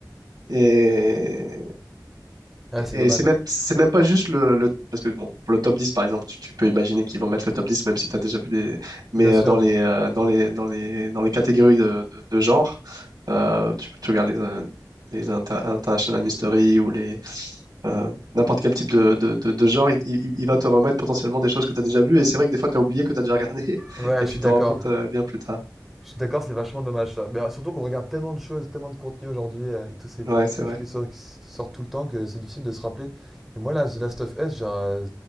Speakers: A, on the right; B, in the centre.
A: Et,
B: ouais,
A: et
B: c'est dommage.
A: c'est même, c'est même pas juste le, le- Parce que, bon, pour le top 10, par exemple, tu, tu peux imaginer qu'ils vont mettre le top 10, même si tu as déjà vu des... Mais
B: Bien sûr.
A: euh, dans les, euh, dans les, dans les, dans les catégories de, de- de genre, euh, tu peux tu regardes les, euh, les inter- International Mystery ou les euh, n'importe quel type de, de- de- de genre, il, il- il va te remettre potentiellement des choses que tu as déjà vues. Et c'est vrai que des fois, tu as oublié que tu as déjà regardé <laughs>
B: Ouais,
A: et
B: je
A: tu
B: suis
A: t'en
B: d'accord.
A: rends compte euh, bien plus tard.
B: Je suis d'accord, c'est vachement dommage ça. Mais euh, surtout qu'on regarde tellement de choses, tellement de contenu aujourd'hui euh, avec tous ces
A: Ouais, c'est
B: trucs
A: vrai.
B: qui sortent, qui sortent tout le temps que c'est difficile de se rappeler. Et moi là, The Last of Us, genre, euh,